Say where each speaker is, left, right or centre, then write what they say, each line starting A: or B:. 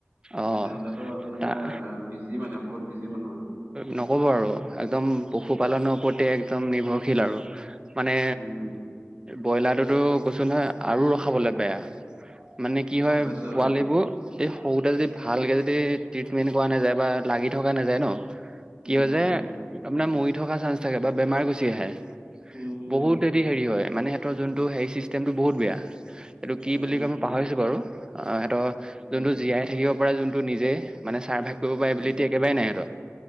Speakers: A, on the right; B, on the right.
A: অ',
B: তেনেহলে তো আপোনাৰ
A: তাৰ
B: বিজি মানে বহুত বিজি মানুহ আৰু।
A: নকব আৰু একদম পশুপালনৰ ওপৰতে একদম নিৰ্ভৰশীল আৰু। মানে
B: উম
A: ব্ৰইলাৰটোতো কৈছো নহ আৰু ৰখাবলে বেয়া মানে। কি
B: গম
A: হয়
B: পাইছো
A: পোৱালিবোৰ এই সৰুতে যদি ভালকে যদি ট্ৰিটমেণ্ট কৰা নাযায় বা লাগি থকা নাযায় ন
B: উম
A: কিয় যে আপোনাৰ মৰি থকা চান্স থাকে বা বেমাৰ গুচি আহে।
B: উম, উম।
A: বহুত হেতি হেৰি হয় মানে সিহতৰ যোনটো হেৰি চিষ্টেমটো বহুত বেয়া। এইটো কি
B: উম,
A: বুলি কয় মই পাহৰিছো বাৰু অ হেতৰ
B: উম,
A: যোনটো জিয়াই থাকিব পৰা যোনটো নিজেই মানে ছাৰ্ভাইভ কৰিব
B: উম,
A: পা কেপাবিলি একেবাৰে নাই সেঁতৰ।